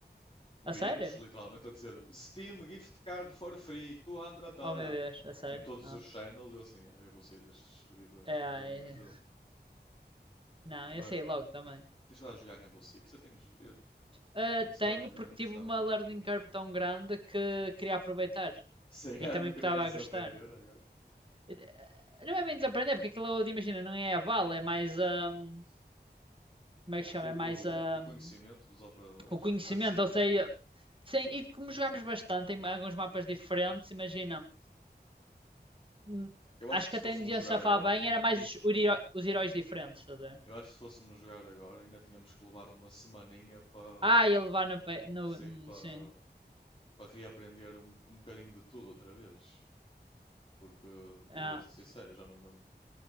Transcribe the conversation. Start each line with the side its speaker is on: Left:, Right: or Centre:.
Left: vírus,
Right: A sério?
Left: literalmente, a dizer Steam Gift Card for free, 200 dólares
Right: Oh meu Deus, a sério?
Left: Em todos
Right: Ah.
Left: os channels, eu assim, "Ah, eu vou sair destes servidores,
Right: É, é-
Left: dos amigos deles.
Right: não,
Left: Mas
Right: eu sei logo também.
Left: deixa eu lá jogar Rainbow Six, eu tenho, eu
Right: Ah,
Left: tenho saudades
Right: tenho
Left: de jogar,
Right: porque
Left: eu gostava
Right: tive uma
Left: mesmo
Right: learning
Left: muito.
Right: curve tão grande que queria aproveitar.
Left: Sem <laughs>
Right: E
Left: ah,
Right: também
Left: não querias
Right: estava a
Left: desaprender
Right: gostar.
Left: agora?
Right: Eh, Não é bem desaprender, porque aquilo, imagina, não é a vala, é mais a. Um, como é que chama?
Left: O, o,
Right: É mais a
Left: o conhecimento
Right: Um,
Left: dos operadores,
Right: o conhecimento,
Left: das skills
Right: ou sei,
Left: deles.
Right: Sim, e como jogámos bastante em alguns mapas diferentes, imagina, hum,
Left: Eu acho
Right: acho
Left: que
Right: que
Left: se
Right: até
Left: fôssemos
Right: não ia
Left: jogar
Right: safar
Left: agora,
Right: bem,
Left: tinha,
Right: era mais
Left: tinha-
Right: os, o heró- os heróis diferentes, estás a ver?
Left: eu acho que se fôssemos jogar agora, ainda tínhamos que levar uma semaninha para,
Right: Ah, ia levar no, pe- no,
Left: sim,
Right: hum,
Left: para,
Right: sim.
Left: para reaprender um, um bocadinho de tudo outra vez. Porque eu
Right: Ah,
Left: vou-te ser sincero, já não me lembro.